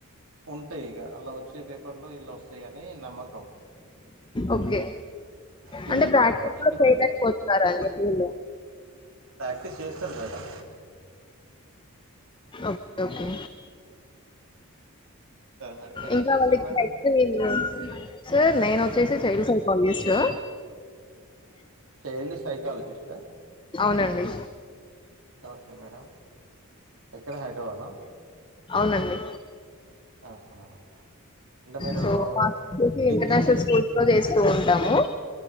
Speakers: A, on the right; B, on the left.
A: ఉంటాయ్ ఇగ అలా వచ్చే పేపర్లో ఇలా వస్తయని నమ్మకం
B: ఓకే
A: పిల్లలు
B: అంటే బ్రాకెట్
A: దాన్ని బట్టి
B: లో
A: ప్రిపేర్
B: చేయ్
A: అవుతారు
B: లేక్ పొతున్నర <unintelligible> టల్
A: ప్రాక్టీస్ చేస్తారు మేడం
B: ఓకే ఓకే
A: సరే మేడం మీరు
B: ఇంకా
A: ఏం చేస్తారు
B: వాళ్ళక్
A: మేడం
B: <unintelligible> సార్ నేనొచ్చేసి
A: hello
B: child psychologist
A: child psychologist
B: అవునండి.
A: ఓకే మేడం ఎక్కడ హైదరాబాద్ లో
B: అవునండి
A: ఆహా అంటే మీరు
B: సో <unintelligible>
A: డిగ్రీ
B: ఇంటర్నేషనల్ స్కూల్స్ లో జెశ్ స్తూ ఉంటాము